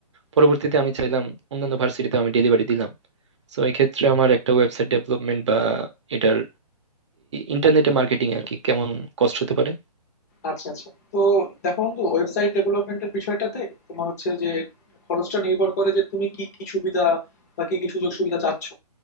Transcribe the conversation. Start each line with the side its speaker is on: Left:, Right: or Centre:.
Right: পরবর্তীতে আমি চাইলাম অন্যান্য ভার্সিটিতে আমি ডেলিভারি দিলাম তো এই ক্ষেত্রে আমার একটা ওয়েবসাইট ডেভেলপমেন্ট বা এটার ইন্টারনেটে মার্কেটিং আর কি কেমন কষ্ট হতে পারে
Left: আচ্ছা আচ্ছা তো দেখো বন্ধু ওয়েবসাইট ডেভেলপমেন্টের বিষয়টাতে তোমার হচ্ছে যে খরচটা নির্ভর করে যে তুমি কি কি সুবিধা বা কি কি সুযোগ সুবিধা চাচ্ছ